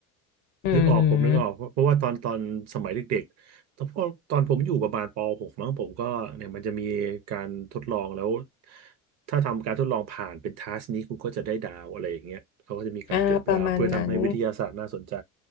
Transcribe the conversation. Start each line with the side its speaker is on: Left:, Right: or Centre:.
Left: อืม
Right: นึกออกผมนึกออกเพราะว่าตอนตอนสมัยเด็กๆตอนพอตอนผมอยู่ประมาณปหกมั้งผมก็เนี่ยมันจะมีการทดลองแล้วถ้าทำการทดลองผ่านเป็นทัสนี้คุณก็จะได้ดาวอะไรอย่างเงี้ยเขาก็จะมีการเก็บดาวเพื่อทำให้วิทยาศาสตร์น่าสนใจ
Left: อ่าประมาณนั้น